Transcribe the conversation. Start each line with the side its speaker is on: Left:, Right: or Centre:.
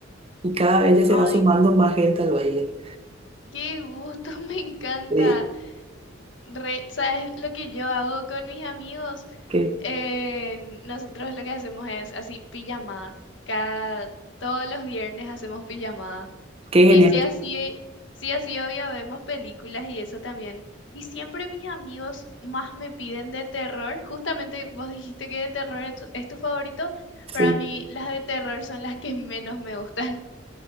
Right: y cada vez ya se
Left: Ay,
Right: va sumando más gente al baile.
Left: qué gusto, <laughs> me encanta.
Right: Eh,
Left: Re- ¿sabes lo que yo hago con mis amigos?
Right: qué,
Left: Eh, nosotros lo que hacemos es así, pijamada. Cada, todos los viernes hacemos pijamada.
Right: qué genial.
Left: Y sí, así, sí, así obvio vemos películas y eso también. Y siempre mis amigos más me piden de terror. Justamente vos dijiste que de terror es tu, es tu favorito.
Right: Sí.
Left: Para mí, las de terror son las que menos me gustan.